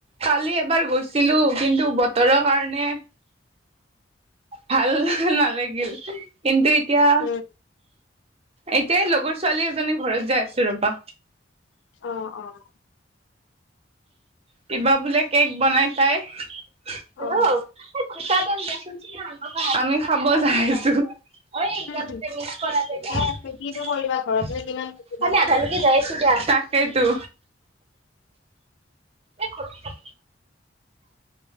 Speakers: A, on the right; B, on the left.
A: কালি এবাৰ গৈছিলো কিন্তু বতৰৰ কাৰণে ভাল নালাগিল কিন্তু এতিয়া
B: উম
A: এতিয়া এই লগৰ ছোৱালী এজনী ঘৰত যাই আছো ৰ'বা
B: অ' অ'
A: কিবা বোলে কেক বনাই তাই। হেল্ল'
B: অ
A: <unintelligible> আমি খাব যাই আছোঁ। অ' এই <unintelligible>
B: অ
A: মিছ কৰা যায়
B: ঠিকে
A: <unintelligible>
B: আছে কিনো কৰিবা ঘৰতনো কিমান থাকিবা
A: আমি যাই আছোঁ দিয়া। তাকেইটো এই ঘৰত